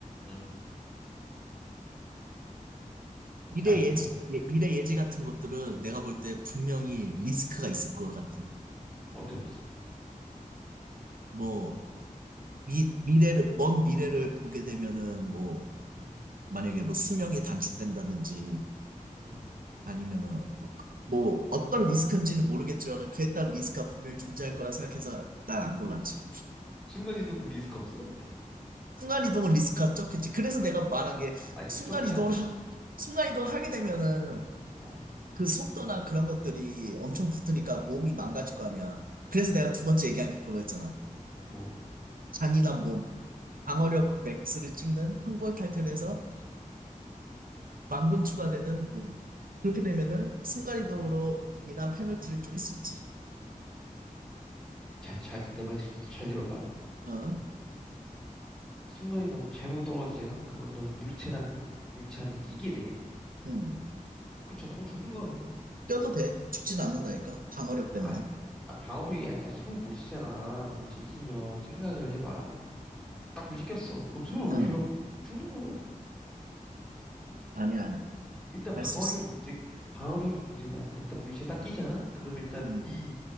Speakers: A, in the centre; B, on the right (about 85°).
A: 응.
B: 미래
A: 아닌데
B: 예지,
A: 뭐
B: 예- 미래 예지 같은 것들은 내가 볼 때 분명히 리스크가 있을 것 같아.
A: 어떤 리스크?
B: 뭐, 미, 미래를, 먼 미래를 보게 되면은 뭐,
A: 응.
B: 만약에 뭐 수명이 단축된다든지
A: 응.
B: 아니면은 어, 그- 뭐 어떤 리스크인지는 모르겠지만 그에 따른 리스크가 분명히 존재할 거라 생각해서 난 안 골랐지.
A: 순간이동 그럼 리스크 없어?
B: 순간이동은 리스크가 적겠지. 그래서 내가 말한 게
A: 아니
B: 순간이동을,
A: 적지 않지.
B: 하- 순간이동 하게 되면은
A: 어.
B: 그 속도나 그런 것들이 엄청 붙으니까
A: 응.
B: 몸이 망가질 거 아니야. 그래서 내가 두 번째 얘기한 게 그거였잖아.
A: 뭐.
B: 잔인한 몸, 방어력 맥스를 찍는 황골탈퇴를 해서 만근 추가되는 몸. 그렇게 되면은 순간이동으로
A: 어,
B: 인한 페널티를 줄일 수 있지.
A: 잘, 잘, 내 말 잘 들어봐.
B: 어?
A: 응. 순간이동 잘못 떨어지잖아? 그러면 너는 물체랑 물체 안에 끼게 돼.
B: 응.
A: 그렇잖아. 그럼 죽는 거야, 그냥.
B: 뛰어도 돼. 죽진 않는다니까. 방어력 때문에.
A: 아, 아, 방어력이 아니라 숨을 못 쉬잖아. 물체 끼면 생각을 해봐. 딱 물체 꼈어. 그럼 숨을 못
B: 응.
A: 쉬어. 죽는 거요.
B: 아니야, 아니야.
A: 일단
B: 할
A: 방어력이
B: 수 있어.
A: 문제, 방어력이 문제가 아니라 일단 물체 딱 끼잖아? 그러면 일단
B: 응.
A: 네